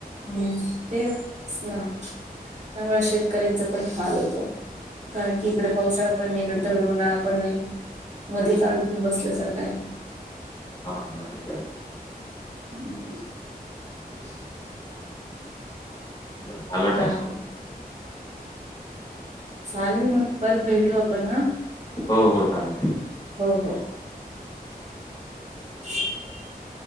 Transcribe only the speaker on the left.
हा ह
झाला टाईम
हो हो चालेल ठिक